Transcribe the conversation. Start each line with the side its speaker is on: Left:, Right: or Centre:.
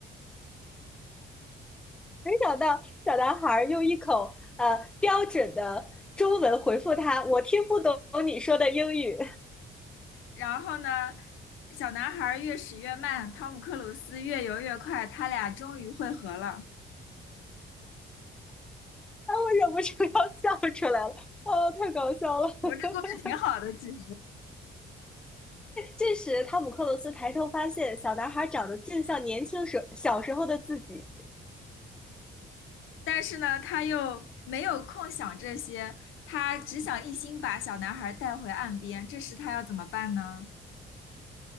Centre: 没想到小男孩用一口呃标准的中文回复他：“我听不懂你说的英语。”
Left: 然后呢，小男孩越驶越慢，汤姆克鲁斯越游越快，他俩终于会合了。
Centre: 啊，我忍不住要笑出来了。哦，太搞笑了！
Left: 我们这故事挺好的，
Centre: <laughs>
Left: 其实。
Centre: 这时，汤姆·克鲁斯抬头发现，小男孩长得竟像年轻时小时候的自己。
Left: 但是呢，他又没有空想这些，他只想一心把小男孩带回岸边。这时他要怎么办呢？